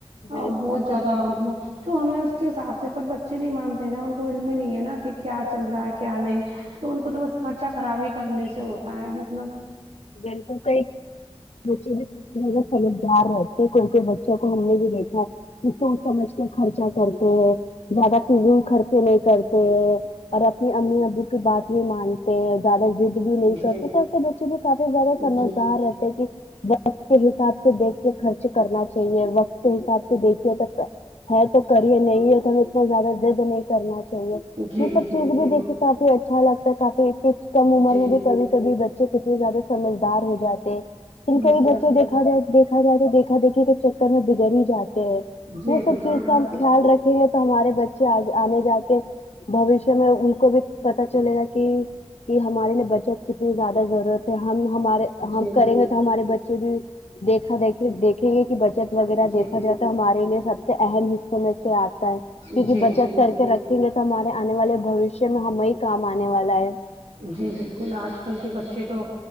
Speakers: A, on the right; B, on the left.
A: ہاں
B: بالکل
A: بہت زیادہ مطلب تو ہمیں اس کے حساب سے پر بچے نہیں مانتے ہے نا ان کو علم ہی نہیں ہے نا کہ کیا چل رہا ہے کیا نہیں تو ان کو تو بس خرچہ خرابی کرنے سے ہوتا ہے مطلب
B: بالکل صحیح بچے بھی کافی زیادہ سمجدار رہتے ہیں کیونکے بچوں کو ہم نے بھی دیکھا ہے کے سوچ سمجھ کے خرچا کرتے ہیں زیادہ فضول خرچے نہیں کرتے ہیں اور اپنی امی ابو کی بات بھی مانتے ہیں زیادہ ضد بھی نہیں
A: جی
B: کرتے تو ایسے بچے بھی کافی زیادہ
A: جی
B: سمجھدار رہتے وقت کے حساب سے دیکھ کے خرچ کرنا چاہیے وقت کے حساب سے دیکھیے تو ہے تو کرئیے نہیں ہے تو ہمیں اتنا زیادہ ضد نہیں کرنا چاہیے
A: جی
B: یہ سب
A: جی
B: چیزیں بھی دیکھیے
A: جی
B: کافی اچھا لگتا ہے کافی کم عمر
A: جی
B: میں
A: جی
B: بھی کبھی کبھی بچے ک زیادہ سمجھدار ہو جاتے ہیں ان
A: بس
B: کے ہی بچے
A: بس بس
B: دیکھا گیا دیکھا جائے تو دیکھا دیکھی کے چکر میں بگڑ ہی جاتے ہیں
A: جی
B: وہ سب
A: بالکل
B: چیز کا
A: آپ
B: ہم
A: کی،
B: خیال رکھ یں تو ہمارے بچے آگے آنے جا کے بھوشیہ میں ان کو بھی پتا چلے گا کہ یہ ہمارے لیے بچت کتنی زیادہ ضرورت ہے ہم ہمارے
A: جی
B: ہم کریں گے تو ہمارے بچے بھی دیکھا دیکھی دیکھیں گے کہ بچت وغیرہ
A: جی
B: دیکھا جا ے تو ہمارے لیے سب سے اہم حصوں میں سے آتا ہے کیونکہ
A: جی
B: بچت
A: جی
B: کر
A: جی
B: کے رکھیں گے تو ہمارے آنے والے بھوشیہ میں ہمیں ہی کام آنے والا ہے
A: جی بالکل آج کل کے بچے تو